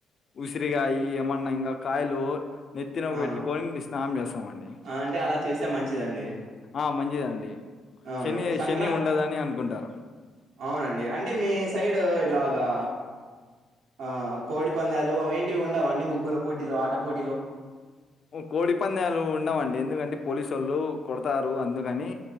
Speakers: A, on the left; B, on the right.
A: ఉసిరిగాయ ఏమన్నా ఇంకా కాయలు నెత్తిన
B: ఆ
A: పెట్టి కోని స్నానం చేస్తామండి
B: అంటే అలా చేస్తే మంచిదండి
A: ఆ మంచిదండి
B: అవునండి
A: శని
B: సంక్రాం
A: శని ఉండదని అనుకుంటారు.
B: అవునండి అంటే మీ సైడ్ ఇట్లగా ఆ కోడిపందాలు అవేంటివి ఉండవాండి ముగ్గుల పోటీలు ఆట పోటీలు
A: కోడి పందాలు ఉండవండి ఎందుకంటే పోలీసొళ్ళు కొడతారు అందుకని